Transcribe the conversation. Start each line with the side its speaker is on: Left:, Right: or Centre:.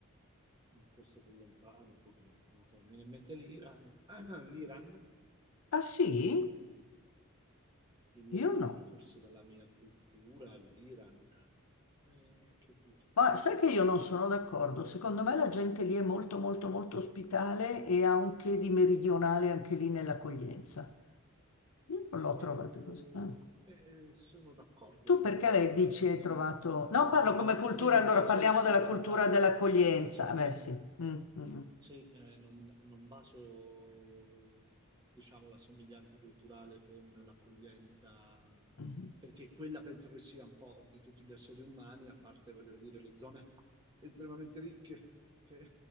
Right: un posto più lontano, può dire. Non so, mi viene in mente l'Iran. <clears throat> L'Iran,
Left: Ah sì?
Right: più lontano
Left: Io no.
Right: forse dalla mia cultura, l'Iran. Eh, che duro,
Left: Ma
Right: che se
Left: sai
Right: no.
Left: che io non sono d'accordo, secondo me la gente lì è molto
Right: Mm.
Left: molto molto ospitale e ha un che di meridionale anche lì nell'accoglienza. Io non
Right: Eh,
Left: l'ho trovata
Right: eh,
Left: così. Ah.
Right: eh, sono d'accordo,
Left: Tu perché
Right: ma,
Left: lei dici hai
Right: ehm,
Left: trovato... No, parlo
Right: ma
Left: come cultura,
Right: io non
Left: allora
Right: baso
Left: parliamo
Right: l'ospitalità
Left: della cultura dell'accoglienza.
Right: su una simiglia-
Left: Eh, Beh sì, Mm, mm, mm.
Right: sì, eh, non, non baso, diciamo, la somiglianza culturale con l'accoglienza,
Left: mm.
Right: perché quella penso che sia un po' di tutti gli esseri umani, a parte, voglio dire, le zone estremamente ricche che